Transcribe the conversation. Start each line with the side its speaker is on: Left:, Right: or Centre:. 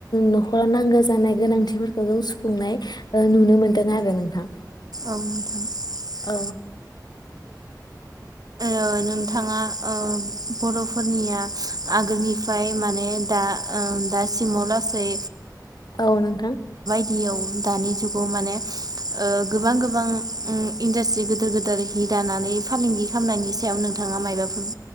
Left: न'खराव नांगौ जानाय गोनांथिफोरखौ जों सुफुंनाय नुनो मोनदों आरो नोंथां।
Right: औ <unintelligible>
Left: <unintelligible>
Right: ओ नोंथाङा ओ बर'फोरनिया आगोलनिफ्राय माने दा ओ दासिमाव लासै
Left: औ नोंथां।
Right: दायाव जुगाव माने गोबां गोबां इन्डासट्रि गोदोर गोदेर हि दानानै फालांगि खालामनायनि सायाव नोंथां नोंथाङा मायबाफोर